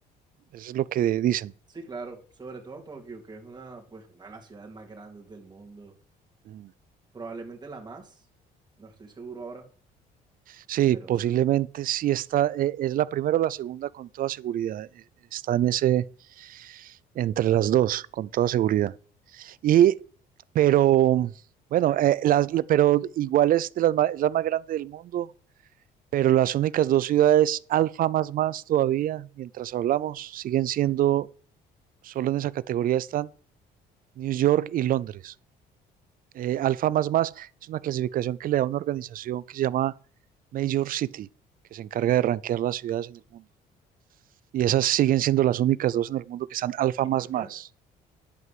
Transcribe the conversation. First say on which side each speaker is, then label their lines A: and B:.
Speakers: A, on the right; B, on the right.
A: Eso es lo que dicen.
B: Sí, claro. Sobre todo Tokio, que es una, pues, una de las ciudades más grandes del mundo.
A: Mm.
B: Probablemente la más. No estoy seguro ahora,
A: Sí,
B: pero
A: posiblemente
B: sí.
A: sí está, eh, es la primera o la segunda con toda seguridad. eh, Está en ese, entre las dos, con toda seguridad. Y, pero, bueno, eh, las, pero igual es, de las, ma- es la más grande del mundo, pero las únicas dos ciudades alfa más más todavía, mientras hablamos, siguen siendo, solo en esa categoría están New York y Londres. Eh, alfa más más es una clasificación que le da una organización que se llama Major City, que se encarga de rankear las ciudades en el mundo. Y esas siguen siendo las únicas dos en el mundo que están alfa
B: ¿Y
A: más
B: por
A: más.
B: qué?